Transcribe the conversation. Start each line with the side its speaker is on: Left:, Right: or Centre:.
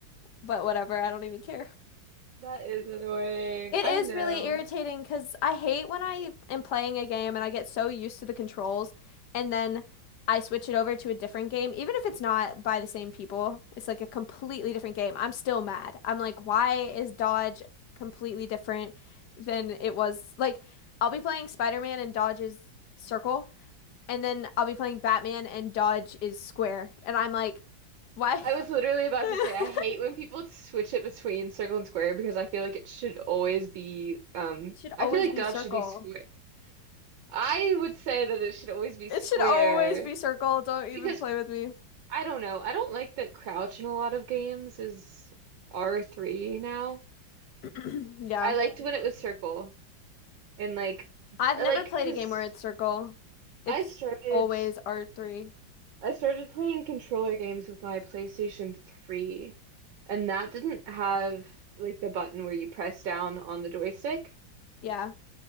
Left: but whatever. I don't even care.
Right: that is annoying.
Left: It
Right: I
Left: is
Right: know.
Left: really irritating because I hate when I am playing a game and I get so used to the controls and then I switch it over to a different game, even if it's not by the same people. It's like a completely different game. I'm still mad. I'm like, why is Dodge completely different than it was? Like, I'll be playing Spider-Man and Dodge is circle, and then I'll be playing Batman and Dodge is square. And I'm like, why?
Right: I was literally about
Left: <laughs>
Right: to say I hate when people switch it between circle and square because I feel like it should always be um
Left: It should
Right: I
Left: always
Right: feel like
Left: be
Right: dot
Left: circle.
Right: should be square. I would say that it should always be square
Left: It should always be circle. Don't even
Right: because
Left: play with me.
Right: I don't know. I don't like that crouch in a lot of games is R3 now.
Left: <clears throat> Yeah.
Right: I liked when it was circle and like
Left: I've
Right: I
Left: never
Right: like
Left: played
Right: because
Left: a game where it's circle. It's
Right: I started
Left: always R3.
Right: I started playing controller games with my PlayStation 3, and that didn't have like the button where you press down on the joystick.
Left: Yeah.